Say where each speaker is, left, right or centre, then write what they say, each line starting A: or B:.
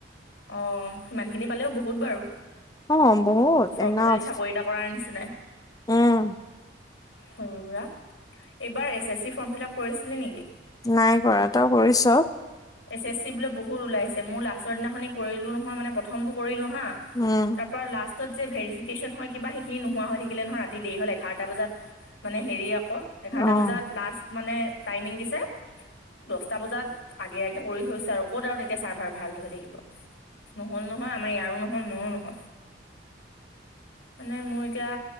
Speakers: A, on the left (about 85°); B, on the left (about 20°).
A: অ' সিমান খিনি পালেও বহুত বাৰু।
B: অ বহুত
A: চৰকাৰী
B: এনাফ
A: চাকৰি এটা কৰাই নিচিনাই।
B: উম
A: সৰু-সুৰা, এইবাৰ S S C form fill up কৰিছিলি নেকি?
B: নাই কৰা তই কৰিছ?
A: এছ এছ চি বোলে বহুত ওলাইছে মোৰ লাষ্টৰ দিনাখনি কৰিলো নহয় মানে প্ৰথমতটো কৰিলো। হা
B: উম।
A: তাৰ পৰা লাষ্টত যে ভৰিফিকন হয় কিবা সেইখিনি ন হৈ থাকিলে নহয় ৰাতি দেৰি হল। এঘাৰটা বজাত মানে হেৰি আকৌ এঘাৰটা
B: অ',
A: বজাত লাষ্ট মানে টাইমিং দিছে। দছটা বজাত আগে-আগে কৰি থৈছো আৰু ক'ত আৰু তেতিয়া চাৰ্ভাৰ ভাল হৈ থাকিব। নহল নহয় আমাৰ ইয়াৰো নহল মোৰো নহল। মানে মোৰ এতিয়া